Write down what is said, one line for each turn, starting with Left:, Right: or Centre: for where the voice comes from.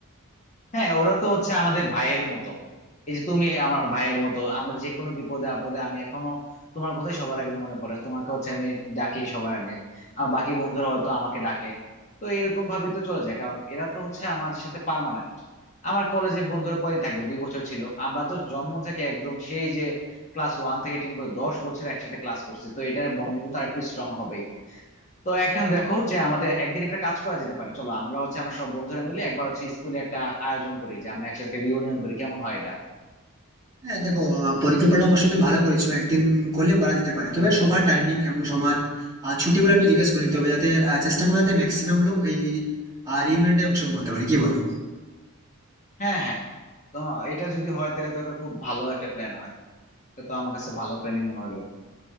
Left: হ্যাঁ ওরা তো হচ্ছে আমাদের ভাইয়ের মতো এই যে তুমি আমার ভাইয়ের মতো আমার যে কোনো বিপদে আপদে আমি এখনো তোমার কথাই সবার আগে মনে পড়ে তোমাকে হচ্ছে আমি ডাকি সবার আগে আর বাকি বন্ধুরা হয়তো আমাকে ডাকে তো এরকম ভাবে তো চলে যায় কারণ এরা তো হচ্ছে আমার সাথে পার্মানেন্ট আমার কলেজে বন্ধুরা কয়দিন থাকবে দুই বছর ছিল আমরা তো জন্ম থেকে একদম সেই যে ক্লাস ওয়ান থেকে টেন পর্যন্ত দশ বছর একসাথে ক্লাস করছি তো এটার বন্ডিং তো আর একটু স্ট্রং হবেই তো এখন দেখো যে আমাদের একদিন একটা কাজ করা যেতে পারে চলো আমরা হচ্ছে আমরা সব বন্ধুরা মিলে একবার হচ্ছে স্কুলে একটা আয়োজন করি যে আমরা একসাথে রিউনিয়ন করি কেমন হয় এটা
Right: হ্যাঁ দেখো আহ, পরিকল্পনা অবশ্যই তুমি ভালো করেছো একদিন করলে করা যেতে পারে তবে সবার টাইমিং এবং সবার আহ, ছুটিগুলো একটু জিজ্ঞেস করে নিতে হবে যাতে আহ, চেষ্টা করবো যাতে ম্যাক্সিমাম লোক এই রিউনিয়নটা অংশগ্রহণ করতে পারে কি বলো
Left: হ্যাঁ হ্যাঁ তো এটা যদি হয় তাহলে তো একটা খুব ভালো একটা প্ল্যান হয় এটা তো আমার কাছে ভালো প্ল্যানই মনে হইলো